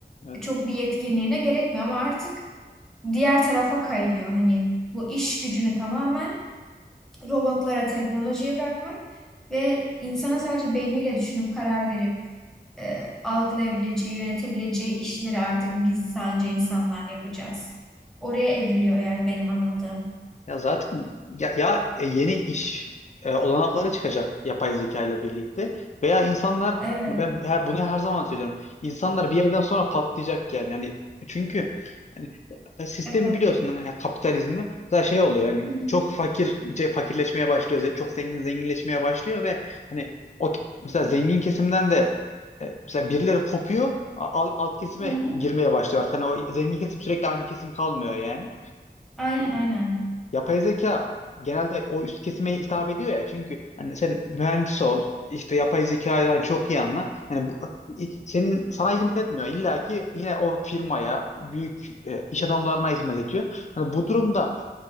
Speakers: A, on the left (about 40°); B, in the centre.
A: Evet.
B: E, çok bir yetkinliğine gerekmiyor ama artık diğer tarafa kayıyor hani bu iş gücünü tamamen robotlara teknolojiye bırakmak ve insanın sadece beyniyle düşünüp karar verip e, algılayabileceği, yönetebileceği işleri artık biz sadece insanlar yapacağız. Oraya evriliyor yani benim anladığım.
A: Ya zaten ya, ya e, yeni iş e, olanakları çıkacak yapay zeka ile birlikte veya insanlar
B: Evet,
A: hani ben her, bunu her zaman söylüyorum. İnsanlar bir yerden sonra patlayacak yani. Yani çünkü yani sistemi
B: evet.
A: biliyorsun yani kapitalizmi mesela şey oluyor yani
B: Hı hı.
A: çok fakir iyice fakirleşmeye başlıyor. ze- Çok zengin zenginleşmeye başlıyor ve hani o ke- mesela zengin kesimden de e, mesela birileri kopuyor a- al- alt kesime
B: Hı hı.
A: girmeye başlıyor artık. Hani o zengin kesim sürekli aynı kesim kalmıyor yani
B: Aynen, aynen.
A: yapay zeka genelde o üst kesime hitap ediyor ya çünkü hani sen mühendis ol işte yapay zekadan çok iyi anla yani bu, senin sana hizmet etmiyor illa ki yine o firmaya büyük e, iş adamlarına hizmet ediyor hani bu durumda